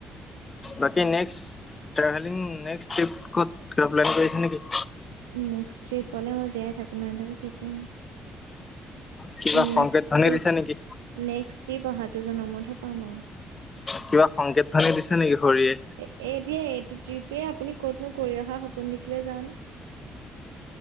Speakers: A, on the left; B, on the right.
A: বাকী নেক্সট ট্ৰেভেলিং নেক্স টিপ ক'ত কিবা প্লেন কৰিছে নেকি?
B: নেক্স ট্ৰিপলে মই জীয়াই থাকোঁ নাথাকো ঠিকেই নাই।
A: কিবা
B: নেক্সট
A: সংকেত ধ্বনি
B: ট্ৰিপ
A: দিছে নেকি?
B: নেক্সট ট্ৰিপ অহাটো জনমতহে পাম আৰু।
A: কিবা সংকেত ধ্বনি দিছে নেকি শৰীৰে
B: এ এতিয়া এইটো ট্ৰিপে আপুনি ক'তনো কৰি অহা সপোন দেখিলে জানো